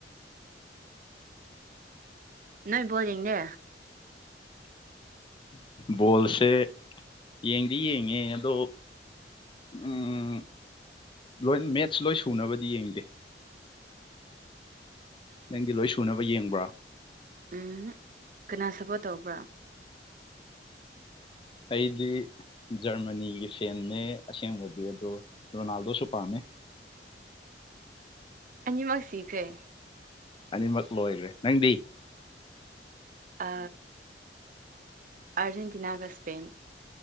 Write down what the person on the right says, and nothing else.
ꯅꯣꯏ ꯕꯣꯜ ꯌꯦꯡꯗꯦ
ꯎꯝ ꯀꯅꯥ ꯁꯞꯄꯣꯔꯠ ꯇꯧꯕ꯭ꯔꯥ
ꯑꯅꯤꯃꯛ ꯁꯤꯈ꯭ꯔꯦ
ꯑ ꯑꯔꯖꯦꯟꯇꯤꯅꯥ ꯒ ꯁ꯭ꯄꯦꯟ